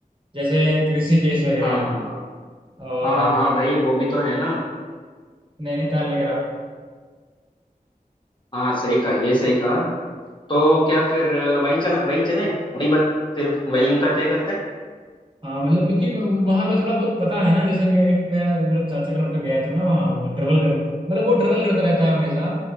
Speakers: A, on the right; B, on the left.
A: जैसे ऋषिकेश वगैरह
B: हाँ हाँ
A: और
B: हाँ हाँ भाई वो भी तो है ना
A: नैनीताल वगैरह
B: हाँ सही कहा ये सही कहा तो क्या फिर वहीं चला वहीं चलें वहीं बत फिर वहीं का तय करते हैं
A: हाँ मतलब क्योंकि मैं- वहाँ का थोड़ा बहुत पता है ना जैसे मैं एक मेरा मेरा चाचा का लड़का गया था ना वहाँ वो ट्रेवल कर मतलब वो ट्रेवल करता रहता है हमेशा